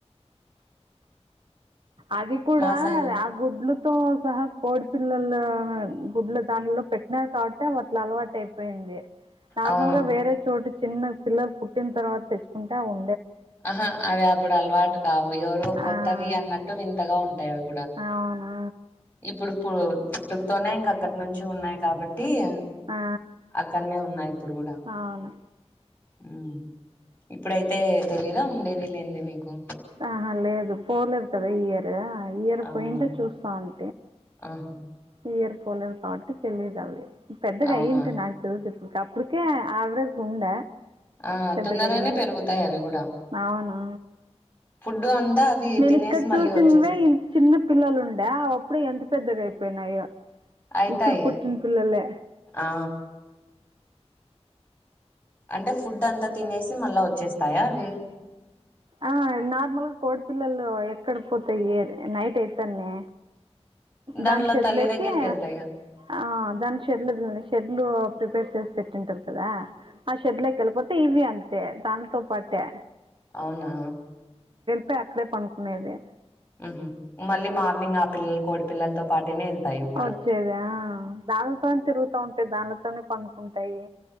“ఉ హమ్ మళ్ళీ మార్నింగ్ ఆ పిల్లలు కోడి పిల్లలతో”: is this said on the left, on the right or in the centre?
Left